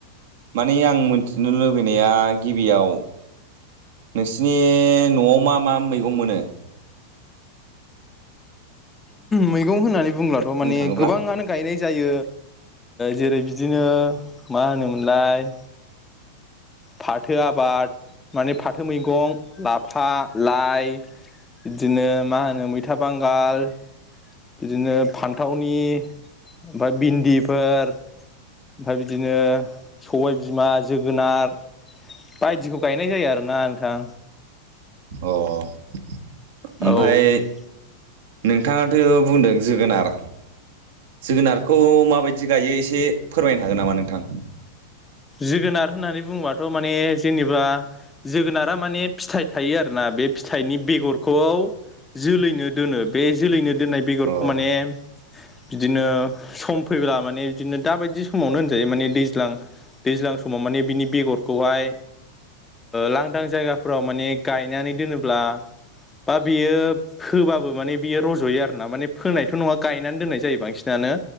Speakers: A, on the right; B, on the left.
A: माने आं मिथिनो लुुबैनाया गिबियाव नोंसिनि न'आव मा मा मैगं मोनो?
B: मैगं होननानै बुंब्लाथ' माने
A: बुंनो थाङोब्ला
B: गोबाङानो गायनाय जायो जेरै बिदिनो मा होनोमोनलाय। फाथो आबाद माने फाथो मैगं लाफा लाइ बिदिनो मा होनो मैथा बांगाल बिदिनो फान्थावनि ओमफ्राय भिन्दिफोर ओमफ्राय बिदिनो सबायबिमा जोगोनार बायदिखौ गायनाय जायो आरोना नोंथां।
A: अ ओमफाय
B: औ
A: नोंथाङाथ' बुंदों। जोगोनार जोगोनारखौ माबायदि गायो एसे एसे फोरमायनो हागोन नामा नोंथां?
B: जोगोनार होननानै बुङोबाथ' माने जेनेबा जोगोनारा माने फिथाइ थायो आरोना। बे फिथाइनि बेगरखौ जोलैनो दोनो बे जोलैनो दोननाय बेगरखौ
A: औ
B: माने बिदिनो सम फैब्ला माने बिदिनो दाबायदि समावनो होनजायो माने दैज्लां दैज्लां समाव माने बिनि बेगरखौहाय लांदां जायगाफोराव माने गायनानै दोनोब्ला। बा बियो फोबाबो माने बियो रज'यो आर ना माने फोनायथ' नङा गायनानै दोननाय जायो बांसिनानो।